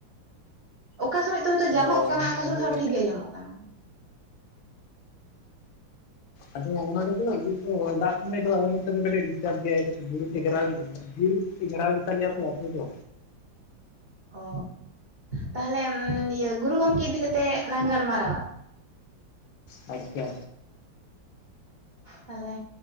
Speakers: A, on the right (about 65°); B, on the left (about 80°).
A: ᱚᱠᱟ ᱥᱚᱢᱚᱭ ᱛᱚ ᱦᱳᱭᱳ ᱛᱚ
B: ᱚ
A: ᱡᱟᱢᱚᱜ ᱠᱟᱱᱟ, ᱚᱠᱟ
B: ᱟᱫᱚ
A: ᱥᱚᱢᱚᱭ ᱫᱚ ᱴᱷᱤᱠ ᱜᱮ ᱟᱢᱚᱜ ᱠᱟᱱᱟ᱾
B: ᱟᱫᱚ ᱦᱚᱸᱜ-ᱚ ᱱᱚᱸᱰᱮ ᱫᱚ ᱤᱭᱟᱹ ᱛᱚ ᱚᱸᱭ ᱫᱟᱜ ᱥᱚᱢᱚᱭ ᱫᱚ ᱟᱞᱮ ᱱᱚᱛᱮ ᱫᱚ ᱠᱟᱴᱤᱡ ᱰᱤᱥᱴᱟᱵ ᱵᱮᱭᱥᱭ᱾ ᱵᱩᱨᱩ ᱛᱮ ᱜᱷᱮᱨᱟᱣ ᱜᱮᱭᱟ᱾ ᱵᱤᱨ ᱛᱮ ᱜᱷᱮᱨᱟᱣ ᱜᱮᱛᱟᱞᱮᱭᱟ ᱛᱚ ᱟᱛᱩ ᱫᱚ᱾
A: ᱚ ᱛᱟᱦᱚᱞᱮ ᱤᱭᱟᱹ ᱜᱩᱨᱩ ᱜᱚᱢᱠᱮ ᱤᱫᱤ ᱠᱟᱛᱮ ᱞᱟᱝ ᱜᱟᱞᱢᱟᱨᱟᱣᱟ᱾
B: ᱟᱪᱪᱷᱟ᱾
A: ᱛᱟᱦᱚᱞᱮ